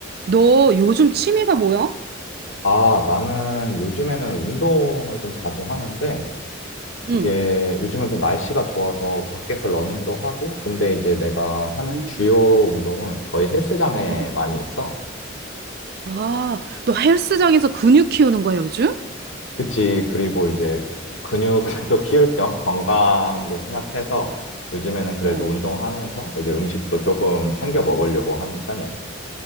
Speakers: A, on the right; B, on the left.
A: 너 요즘 취미가 뭐야?
B: 아, 나는 요즘에는 운동을 좀 자주 하는데,
A: 응,
B: 이게 요즘은 또 날씨가 좋아서 밖에서 러닝도 하고, 근데 이제 내가 하는
A: 음.
B: 주요 운동은 거의 헬스장에
A: 응,
B: 많이 있어.
A: 아, 너 헬스장에서 근육 키우는 거야, 요즘?
B: 그치. 그리고 이제 근육도 <laughs> 키울 겸 건강도 생각해서 요즘에는 그래도
A: 어,
B: 운동하면서 이제 음식도 조금 챙겨 먹으려고 하는 편이야.